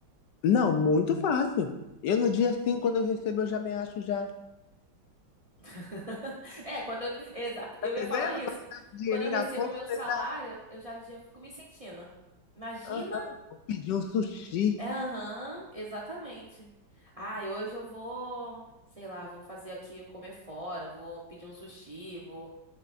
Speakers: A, on the left; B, on the right.
A: Não, muito fácil. Eu no dia assim, quando eu recebo, eu já me acho já.
B: <laughs> É, quando. Eu... Exato, eu
A: Tá entendendo?
B: ia falar isso.
A: Quando tá com dinheirinho
B: Quando eu recebo
A: na conta,
B: o meu salário,
A: você já.
B: eu já, já fico me sentindo. Imagina?
A: Aham. pedi um sushi.
B: É, Aham, exatamente. Ai, hoje eu vou, sei lá, vou fazer aqui, comer fora, vou pedir um sushi, vou,